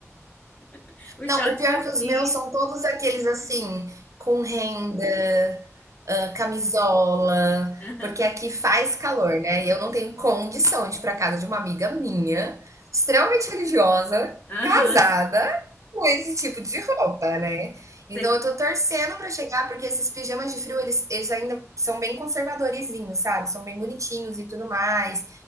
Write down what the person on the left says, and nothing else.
<laughs> o
short
curtinho.
<laughs>
Aham.
Você